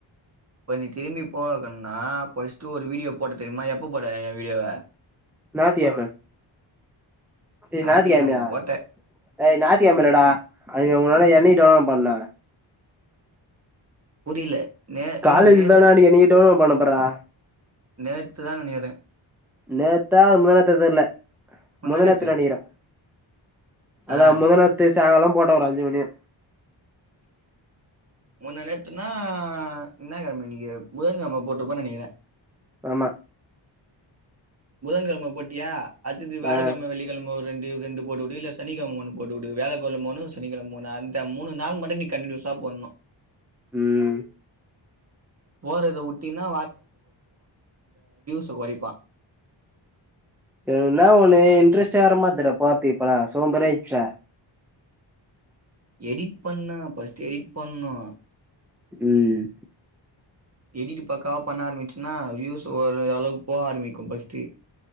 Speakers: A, on the right; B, in the centre.
A: இப்ப நீ திரும்பி போகக்குனா பஸ்டு ஒரு வீடியோ போட்ட தெரியுமா எப்ப போட என் வீடியோவை
B: நா தாம ஏ
A: ஞாயித்துக்கெழம
B: ஞத்தக்கிழமையா
A: போட்ட
B: ஏ ஞத்திகிழமல்லடா அய உன்னால என்னக் டோ பண்ண
A: புரில நே டேய்
B: காலேஜ்
A: நே
B: தான நீ என்னிக்கிட்டோ பண்ண பார்ரா
A: நேத்துதா நெனைக்கிறே
B: நேத்தா முந்த நேத்தா தெர்ல
A: முந்தா
B: முந்தநேத்து
A: நேத்து
B: நெனக்கிறே அதா
A: ஆ
B: முந்தனாத்து சாங்காலம் போட்டோ ஒரு அஞ்சு மணியு
A: முந்த நேத் த்துன்னா என்ன கிழம இன்னிக்கு புதன் கிழம போட்ருப்பான் நெனைக்கிறே
B: ஆமா
A: புதன்கிழம போட்டியா அத்தது வியாழக்கிழம
B: ஆ
A: வெள்ளிக்கிழம ஒரு ரெண்டு வ் ரெண்டு போட்டு வுடு இல்ல சனிக்கழம ஒன்னு போட்டு வுடு வேலக்கொன்னு மூனு சனிக்கிழ மூனு அந்த மூனு நாள் மட்டு நீ கண்டினியுஸ் சாப்பண்ணோ
B: ம்
A: போட்றத வுட்டினா தொகோறிப்பா
B: எனக்னா ஒண்ணு இன்ட்ரெஸ்ட்டே வர மாட்துரா போற்த்துக்கு இப்பல்லா சோம்பேறியா ஆயிட்ச்சுடா
A: எடிட் பண்ணா பஸ்ட்டு எடிட் பண்ணூ
B: ம்
A: எடிட்டு பாக்காவா பண்ண ஆரம்பிச்சுன்னா வியூஸ் ஒரு அளவுக்கு போவ ஆரம்பிக்கும் பஸ்ட்டு